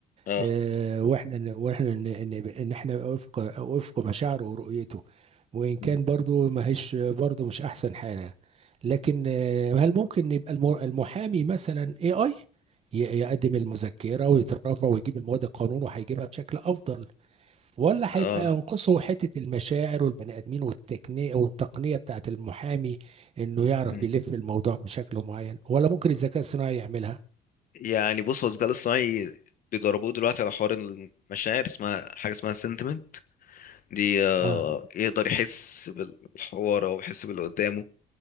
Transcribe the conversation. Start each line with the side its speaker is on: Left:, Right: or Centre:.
Left: اه
Right: آه، واحنا ن- واحنا ن- ان ان احنا وفق وفق مشاعره ورؤيته وان كان
Left: مم.
Right: برضو ما هيش برضو مش احسن حاجه لكن آه، هل ممكن يبقى الم- المحامي مثلا اي اي يقدم المذكره ويترافع ويجيب المواد القانون وهيجيبها بشكل افضل ولا هيبقى
Left: اه
Right: ينقصه حتة المشاعر والبني آدمين والتقنية والتقنية بتاعت المحامي إنه يعرف
Left: مم.
Right: يلف الموضوع بشكل معين ولا ممكن الذكاء الصناعي يعملها
Left: يعني بص هو الذكاء الاصطناعي بيدربوه دلوقتي على حوار المشاعر اسمها حاجة اسمها sentiment دي آه،
Right: آه
Left: يقدر يحس بالحوار او يحس باللي قدامه